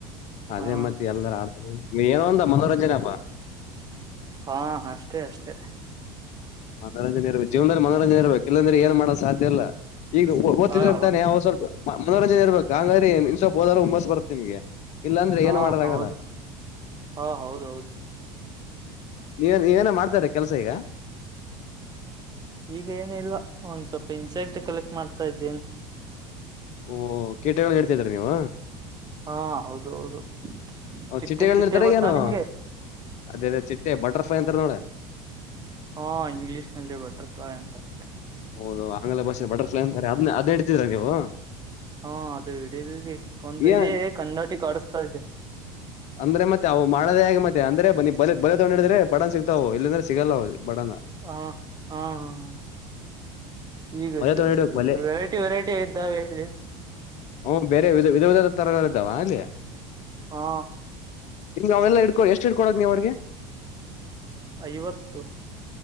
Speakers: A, on the left; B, on the right.
A: ಅದೇ
B: ಹಾ
A: ಮತ್ತೆ ಎಲ್ಲರ ಆಡ್ತ ಏನೋ ಒಂದ ಮನೋರಂಜನೆಪ್ಪಾ.
B: ಹಾ ಅಷ್ಟೇ ಅಷ್ಟೆ.
A: ಮನರಂಜನೆ ಇರ್ಬೇಕ ಜೀವದಲ್ಲಿ ಮನೋಂಜನೆ ಇಬೇಕ ಇಲ್ಲಂದ್ರೆ ಏನ್ ಮಾಡೋ ಸಾಧ್ಯ ಇಲ್ಲ. ಈಗ ಓ ಓದ
B: ಹಾ
A: ತಿದಿರ
B: ಹೌದು
A: ತಾನೆ ಅವ್ ಸ್ವಲ್ಪ ಮನೋರಂಜನೆ ಇರ್ಬೇಕ ಹಂಗ್ರೆ ಇನ್ ಸ್ವಲ್ಪ ಓದಲು ಹುಮ್ಮಸ್ ಬರುತ್ತೆ ನಿಮಗೆ. ಇಲ್ಲಾಂದ್ರೆ
B: ಹಾ
A: ಏನ್ ಮಾಡದಾಗಲ್ಲ.
B: ಹೌದು ಹಾ ಹೌದೌದು.
A: ನೀವ ನೀವೇನ ಮಾಡ್ತಾರೆ ಕೆಲಸ ಈಗ.
B: ಈಗ ಏನ ಇಲ್ವಾ ಒಂದ್ ಸ್ವಲ್ಪ ಇನ್ಸೆಕ್ಟ್ ಕಲೆಕ್ಟ್ ಮಾಡ್ತಾ ಇದ್ದೇನೆ.
A: ಓಹ ಕೀಟಗಳ ಹಿಡಿತಿದ್ರರಿ ನೀವ
B: ಹಾ ಹೌದು ಹೌದು ಚಿಟ್ಟೆ
A: ಚಿಟ್ಟೆಗಳನ್ನ
B: ಚಿಟ್ಟೆ
A: ಹಿಡತಾರ
B: ಗೊತ್ತಾ
A: ಏನು
B: ನಿಮ್ಗೆ
A: <inaudible> ಅದೇ ಅದೇ ಚಿಟ್ಟೆ ಬಟರ್ಫ್ಲೈ ಅಂತಾರ ನೋಡ
B: ಹಾ ಇಂಗ್ಲೀಷ್ ನಲ್ಲಿ ಬಟರ್ಫ್ಲಾಯ್ ಅಂತಾರೆ.
A: ಹೌದು ಆಮೇಲೆ ಬಸ್ಸ ಬಟರ್ಫಲೈ ಅಂತಾರೆ ಅದ್ನ ಅದೆ ಹಿಡಿತಿದ್ರ ನೀವು
B: ಹಾ ಅದು ಹಿಡಿಯದಿಟ ಕೊಂಡ
A: ಏನ್
B: ಇದೇ ಕನ್ನಡಿ ಕಡಸ್ತಾ ಇದೆ
A: ಅಂದ್ರೆ ಮತ್ತೆ ಅವು ಮಾಡದೇ ಹಾಗೆ ಮತ್ತೆ ಅಂದ್ರೆ ಬ ಬಲೆ ತಗೊಂಡ ಹಿಡದ್ರೆ ಬಡನ ಸಿಗ್ತಾವ ಇಲ್ಲಾಂದ್ರೆ ಸಿಗಲ್ಲವು ಬಡನ
B: ಹಾ ಹಾ ಹಾ ಹ ಈಗ
A: ಬಲೆ ತಗೊಂಡಿಡ್ಬೇಕು ಬಲೆ
B: ವೆರೈಟಿ ವೆರೈಟಿ ಇದ್ದಾವೆ ಇಲ್ಲಿ
A: ಹಓ ಬೇರೆ ವಿ ವಿಧ ವಿಧದ ತರಗಳ ಇದಾವ ಅಲ್ಲಿ
B: ಹಾ
A: ನಾವೆಲ್ಲ ಇಡ್ಕೋ ಎಷ್ಟ ಇಡ್ಕೋಕಳ ನೀವು ಅವ್ರ್ಗೆ
B: ಐವತ್ತು.